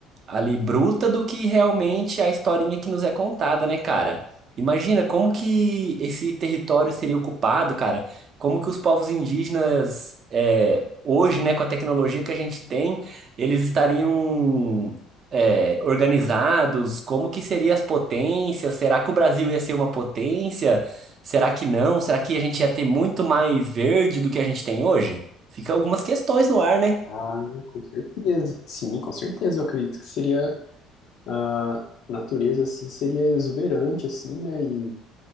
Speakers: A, on the right (about 50°); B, on the left (about 65°).
A: ali bruta do que realmente a historinha que nos é contada, né, cara? Imagina como que esse território seria ocupado, cara. Como que os povos indígenas, é, hoje, né, com a tecnologia que a gente tem, eles estariam, é, organizados? Como que seriam as potências? Será que o Brasil ia ser uma potência? Será que não? Será que a gente ia ter muito mais verde do que a gente tem hoje? Fica algumas questões no ar, né?
B: Ah, com Certeza. Sim, com certeza, eu acredito que seria, ah, a natureza, assim, seria exuberante, assim, né, e,